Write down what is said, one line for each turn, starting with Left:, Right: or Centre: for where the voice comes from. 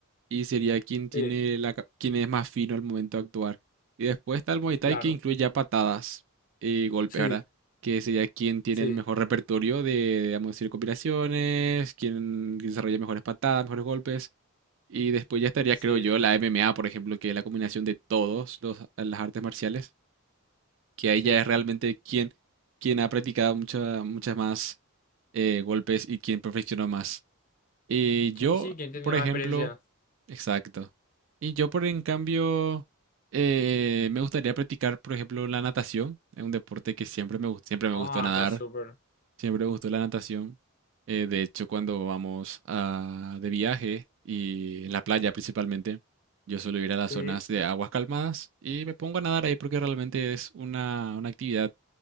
Right: y sería quien tiene
Left: Sí,
Right: la, ca- quien es más fino al momento de actuar. Y después está el Muay Thai
Left: claro.
Right: que incluye ya patadas y golpes,
Left: Sí,
Right: ¿verdad? Que sería quien tiene
Left: sí,
Right: el mejor repertorio de, vamos a decir, combinaciones, quien desarrolla mejores patadas, mejores golpes. Y después ya estaría,
Left: sí,
Right: creo yo, la MMA, por ejemplo, que es la combinación de todos los, las artes marciales, que ahí
Left: sí.
Right: ya es realmente quien, quien ha practicado mucha- muchas más eh, golpes y quien perfeccionó más. Y yo,
Left: Qui- Sí, ¿quién tiene
Right: por
Left: más
Right: ejemplo,
Left: experiencia?
Right: exacto. Y yo, por en cambio, eh, me gustaría practicar, por ejemplo, la natación. Es un deporte que siempre me, gus- siempre
Left: Ah,
Right: me gustó nadar.
Left: está súper.
Right: Siempre me gustó la natación. Eh, de hecho, cuando vamos a- de viaje y en la playa principalmente, yo suelo ir a las
Left: Sí,
Right: zonas de aguas calmadas y me pongo a nadar ahí porque realmente es una, una actividad